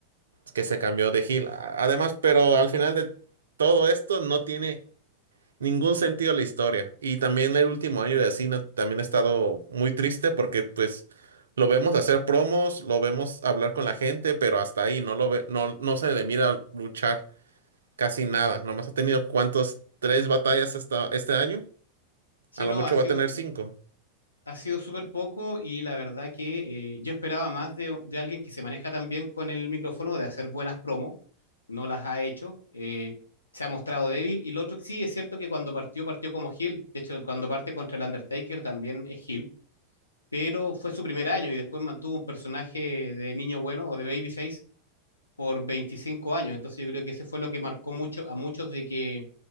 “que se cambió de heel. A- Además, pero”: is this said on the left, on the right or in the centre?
Right